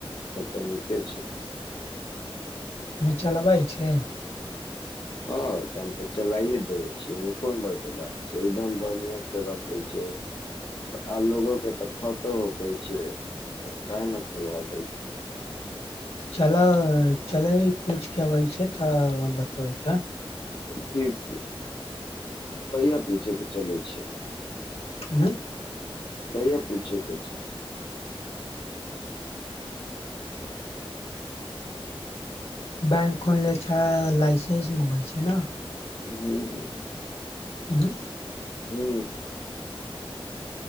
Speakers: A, on the left; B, on the left.
A: तब तऽ नीके छै।
B: अपने चलाबइ छै।
A: हँ तऽ हम तऽ चलाइए देबै छीियै एहिमे कोन बड़के बात छै एकदम बढ़िआं से रखै छै आ लोगो के तऽ खतो करै छै तऽ काह ने खेलवा दै छै।
B: चल चल ई पूछ कवइ छै तऽ बताबै छै।
A: ठीक छै कहिया पूछेके चलै छै।
B: हँ।
A: कहि पूछिे के छै।
B: बैंक खोन ले छ लाइसेंस मंगाइ छै ने
A: हू ह।
B: हँ।
A: हू।